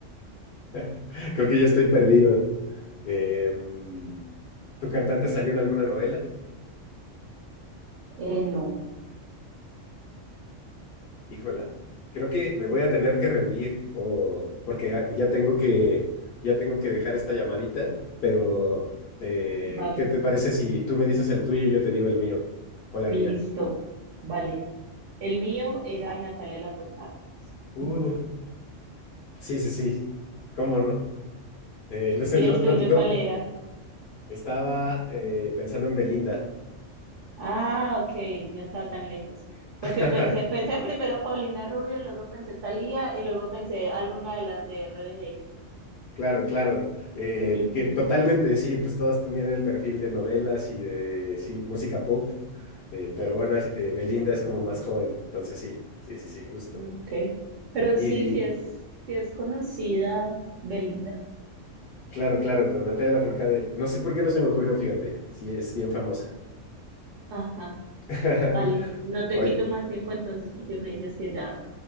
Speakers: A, on the left; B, on the right.
A: <laughs> Creo que ya estoy perdido. Em, ¿tu cantante salió en alguna novela?
B: Eh, no.
A: Híjola, creo que me voy a tener que rendir o porque ya ya tengo que ya tengo que dejar esta llamadita, pero eh,
B: Vale.
A: ¿qué te parece si tú me dices el tuyo y yo te digo el mío o la
B: Listo,
A: mía?
B: vale. El mío era Natalia Lafourcade.
A: Uh,
B: <laughs>
A: sí, sí, sí. ¿Cómo no? Eh, no sé,
B: ¿Y
A: no,
B: el
A: no,
B: tuyo
A: no.
B: cuál era?
A: Estaba eh, pensando en Belinda.
B: Ah, ok, no estaba tan lejos. Porque
A: <laughs>
B: pensé, pensé primero Paulina Rubio, luego pensé Thalía y luego pensé alguna de las de RBD.
A: Claro, claro. Eh,
B: Ujú,
A: que totalmente, sí, pues todas tenían el perfil de novelas y de, sí, música pop, eh, pero bueno, es- eh, Belinda es como más joven, entonces sí, sí, sí, sí, justo.
B: Ok. Pero
A: Y
B: sí, sí es, sí es conocida Belinda.
A: claro, claro, pero Natalia Lafourcade, no sé por qué no se me ocurrió, fíjate, sí, es bien famosa.
B: Ajá,
A: <laughs>
B: vale. No te
A: Hoy,
B: quito más tiempo entonces porque me dices que ya